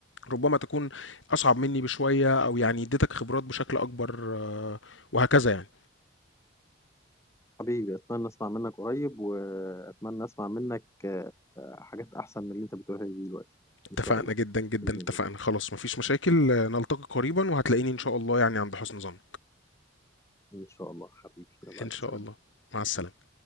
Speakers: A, on the left; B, on the left.
A: ربما تكون اصعب مني بشويه او يعني اديتك خبرات بشكل اكبر آه، وهكذا يعني
B: حبيبي اتمنى اسمع منك قريب واتمنى اسمع منك آه، حاجات احسن من اللي انت بتقولها لي دلوقتي
A: اتفقنا
B: ان شاء الله
A: جدا جدا
B: باذن
A: اتفقنا
B: الله
A: خلاص مفيش مشاكل آه، نلتقي قريبا وهتلاقيني ان شاء الله يعني عند حسن ظن
B: ان شاء الله حبيبي يلا
A: ان
B: الف
A: شاء
B: سلامه
A: الله مع السلامه